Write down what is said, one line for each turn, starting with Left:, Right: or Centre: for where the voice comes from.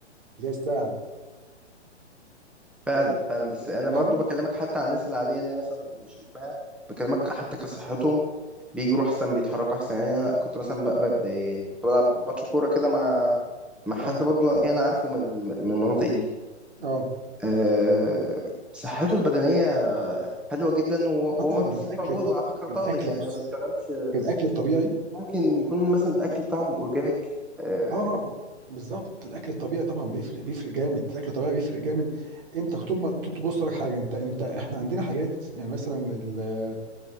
Right: اللي هي الساعد
Centre: فعلا فعلا بس انا
Right: فاهم
Centre: برضو بكلمك حتى عن الناس العاديه اللي هي مثلا مش جسمها بكلمك حتى كصحتهم بيجروا احسن بيتحركوا احسن يعني انا كنت مثلا ب... ب... ب- يعني كنت بلعب ماتش كوره كده مع مع حد
Right: اه
Centre: برضو انا عارفه من من المناطق دي
Right: اه
Centre: أه... صحته البدنيه حلوه جدا وهو
Right: طبعا
Centre: وهو ما بيبذلش
Right: الاكل
Centre: مجهود وعلى فكره
Right: الاكل
Centre: طالب يعني ما بيشتغلش
Right: الاكل الطبيعي
Centre: ممكن يكون مثلا الاكل بتاعهم اورجانيك أه...
Right: اه بالظبط الاكل الطبيعي طبعا بيفرق بيفرق جامد الاكل الطبيعي بيفرق جامد انت طول ما تبص لك حاجه انت انت احنا عندنا حاجات يعني مثلا ال-